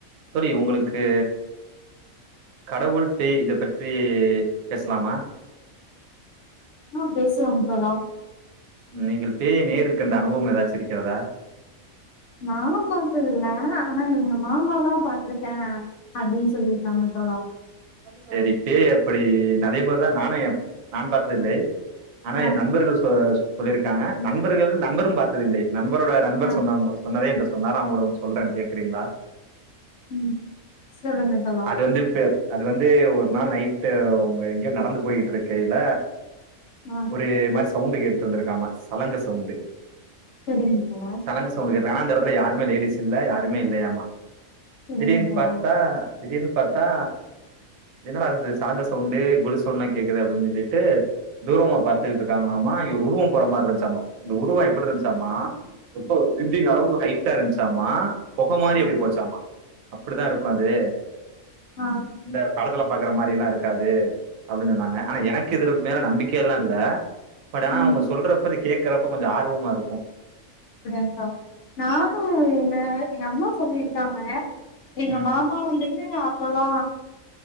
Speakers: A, on the right (about 75°); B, on the left (about 65°).
A: தோழி உங்களுக்கு கடவுள், பேய் இத பற்றி பேஸ்லாமா
B: ஆ பேஸ்லாம் தோழா
A: நீங்கள் பேய நேரில் கண்ட அனுபவ்ம் எதாச்சு இருக்கிறதா
B: நா பாத்ததுல்ல ஆனா எங்க மாமால்லா பாத்திருக்கே அப்டின்னு சொல்லியிருக்காங்க தோழா
A: சரி பேய் எப்டி அதேமாரிதா நானு நான் பாத்ததில்லை ஆனா
B: ஆ
A: என் நண்பர்கள் சொ சொல்லியிருக்காங்க நண்பர்கள் நண்பரும் பாத்ததில்லை நண்பரோட நண்பர்
B: ஆ
A: சொன்ன சொன்னதே என்று சொன்னார் ந ஒங்களிடம் சொல்ற கேக்குறீங்களா
B: ம் சொல்லுங்கள் தோழா
A: இது வந்து பே அது வந்து ஒரு நாள் நைட்டு் உங்க எங்கயோ நடந்து போயிட்ருக்கையில
B: ஆ
A: ஒரு மாரி சவுண்டு கேட்ருந்துருக்காமா சலங்க சவுண்டு
B: சரிங்க தோழா
A: சலங்க சவுண்டு கேட்டது ஆனா அந்த எடத்துல யாருமே லேடிஸ் இல்ல யாருமே இல்லையாமா
B: சரிங்க
A: திடீர்ன்னு
B: தோழா
A: பா ஆ திடீர்னு பாத்தா என்னடா இது சலங்க சவுண்டு கொலுசு சவுண்டல்லா கேக்குது அப்டிஞ்சொல்லிட்டு தூரமா பாத்துக்கிட்டு இருக்காங்களாமா இவுர் உருவம் போற மாரி இருன்ச்சாமா இந்த உருவம் எப்டி இருன்ச்சாமா ரொம்போ பில்டிங் அளவுக்கு ஹைட்டா இருன்ச்சாமா பொக மாரி
B: ஆ
A: அப்டி போச்சாமா அப்டிதா இருக்கு அது
B: ஆ
A: இந்த படத்துல பாக்கற மாரில்லா இருக்காது அப்டின் சொன்னாங்க ஆனா எனக் கிதுல மேல நம்பிக்கைல்லா இல்ல பட் ஆனா
B: ம்
A: அவுங்க சொல்றப்ப அத கேக் கறப்ப கொஞ்ச ஆர்வமா இருக்கு
B: <unintelligible> க்கா நானு எங்க எங்க அம்மா சொல்லியிருக்காங்க எங்க
A: ம்.
B: மா மா வந்துட்டு அப்பல்லா